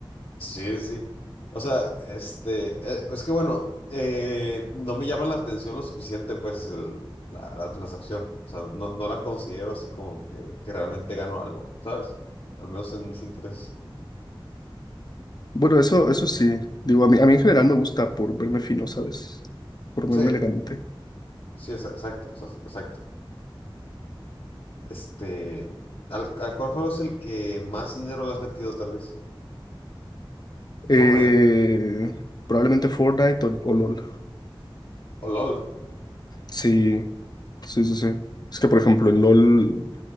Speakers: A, on the left (about 85°); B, on the left (about 50°).
A: Sí, sí. O sea, este, eh, es que bueno, eh, no me llama la atención lo suficiente, pues, el- la, la transacción. O sea, no, no la considero así como que, que realmente gano algo, ¿sabes? Al menos en mis intereses.
B: Bueno, eso, eso sí. Digo, a mí, a mí en general me gusta por verme fino, ¿sabes? Por
A: Sí,
B: verme elegante.
A: sí, exa- exacto, o sea, exacto. Este, ¿al, al cuál juego es el que más dinero le has metido, tal vez?
B: Eh,
A: Fortnite
B: probablemente Fortnite o, o LOL.
A: o LOL.
B: Sí, sí, sí, sí. Es que, por ejemplo, en LOL.